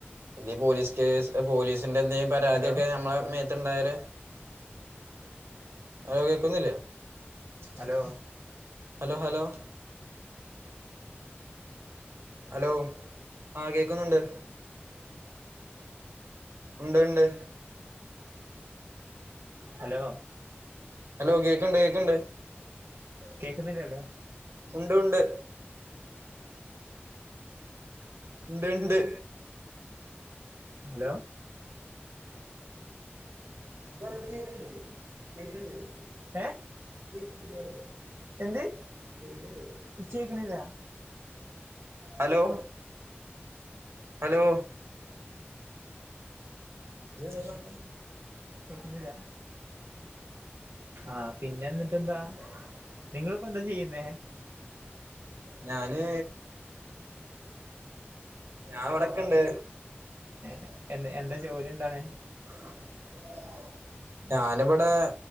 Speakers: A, on the right (about 85°); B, on the right (about 65°).
A: ഇത പോലീസ് കേസ് പോലീസിന്റെ എന്ത പരാതിയൊക്കെ
B: ഹലോ
A: നമ്മളെ മേത്ത് ഉണ്ടായാല് അലോ കേക്കന്നില്ലേ
B: ഹലോ
A: ഹലോ ഹലോ ഹലോ ആഹ കേക്കുന്നുണ്ട് ഉണ്ട് ഉണ്ട്
B: ഹലോ
A: ഹലോ കേൾക്കുണ്ട് കേൾക്കുണ്ട്
B: കേൾക്കുന്നില്ലല്ലോ
A: ഉണ്ട് ഉണ്ട് ഉണ്ട് ഉണ്ട്
B: ഹലോ
A: പറ കേക്കുന്ന കേക്കില്ലേ
B: ഏ
A: <unintelligible>
B: എന്ത് ഇച്ച് കേക്കണില്ല
A: ഹലോ ഹലോ നീ എന്താ ഈ കാണാനേ
B: വിക്കുന്ല്ല ആഹ പിന്നെ എന്നിട്ട്ന്താ നിങ്ങിപ്പോ എന്താ ചെയ്യുന്നേ
A: ഞാന് ഞാൻ എവിടൊക്കെ ഇണ്ട്
B: എ എന്താ ജോലി എന്താണ്
A: <unintelligible> ഞാനിബടെ